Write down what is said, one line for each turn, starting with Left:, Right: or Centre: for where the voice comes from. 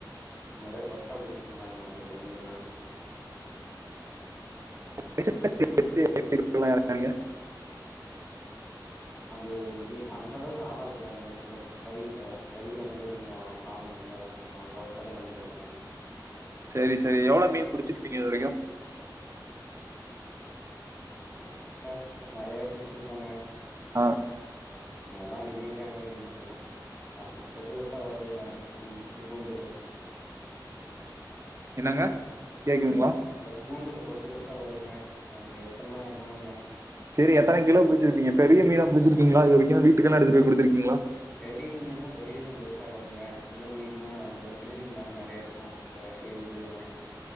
Left: அப்டியே கொத்தா புடுச்சர்லாங்க அப்டி பண்ணீங்கன்னா
Right: <inaudible> திருப்பலா எறக்காய்ங்க
Left: அது மீ அந்த அளவுக்கு ஆழோ இருக்காதுங்க சொல் சைடுக்கு சைடுல வந்து கொஞ்சோ ஆழோ கம்மியாதாங்க அங்க வச்சாலே வந்துருங்க மீன்
Right: சேரி சேரி எவ்வளோ மீன் புடுச்சுருப்பீங்க இது வரைக்கு
Left: <inaudible> வந்து நெறையா புடுச்சுருப்பேங்க
Right: ஆ
Left: அதலா என்னிகிட்டாங்க இருக்க முடியு அது இப்ப சொல்லத்தா வருங்க அந்த குன்னு கூண்டுல
Right: என்னங்க கேக்குதுங்களா
Left: அந்த கூண்டுல கொத்து கொத்தா வருங்க அது எத்தனலா என்னலங்க
Right: சேரி எத்தன கிலோ புடுச்சுருப்பீங்க பெரிய மீனா புடுச்சுருக்கீங்களா இதுவரைக்கு வீட்டுக்கல்லா எடுத்துட்டு போய் குடுத்துறுக்கீங்களா
Left: பெரிய மீன்னா பெரிய கூண்டு வச்சா வருங்க சின்ன மீன்னா அதுல சின்ன மீன் தாங்க நெறையா இருக்கு த ஏரிலயேங்க